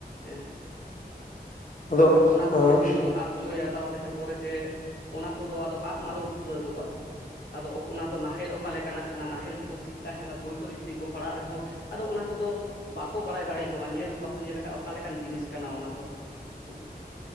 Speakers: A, on the left (about 80°); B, on the left (about 50°).
A: ᱦᱮᱸ
B: <inaudible> ᱟᱫᱚ
A: ᱟᱵᱚ ᱚᱱᱟ
B: ᱟᱸ
A: ᱠᱚ ᱡᱤᱱᱤᱥ ᱡᱩᱫᱤ ᱵᱚᱱ ᱟᱫ ᱦᱚᱪᱚᱭᱟ ᱛᱟᱦᱚᱞᱮ ᱠᱷᱟᱱ ᱯᱚᱨᱮᱛᱮ ᱚᱱᱟ ᱠᱚᱫᱚ ᱟᱫᱚ ᱟᱫ ᱢᱟᱞᱟᱞᱴ ᱩᱛᱟᱹᱨᱚᱜᱼᱟ ᱟᱫᱚ ᱚᱱᱟ ᱫᱚ ᱱᱟᱦᱮᱞ ᱚᱠᱟ ᱞᱮᱠᱟ ᱠᱟᱱᱟ ᱱᱟᱦᱮᱞ ᱛᱮᱠᱚ ᱥᱤ ᱛᱟᱦᱮᱸᱫ ᱵᱳᱭ ᱠᱚᱨᱮ ᱡᱩᱫᱤ ᱠᱚ ᱯᱟᱲᱟᱜ ᱨᱮᱦᱚᱸ ᱟᱫᱚ ᱚᱱᱟ ᱠᱚᱫᱚ ᱵᱟ ᱵᱟᱠᱚ ᱵᱟᱲᱟᱭ ᱫᱟᱲᱮ ᱧᱚᱜᱼᱟ ᱧᱮᱞ ᱦᱚᱸ ᱵᱟᱠᱚ ᱧᱮᱞ ᱟᱠᱟᱫᱼᱟ ᱚᱠᱟ ᱞᱮᱠᱟᱱ ᱡᱤᱱᱤᱥ ᱠᱟᱱᱟ ᱚᱱᱟ ᱫᱚ <unintelligible>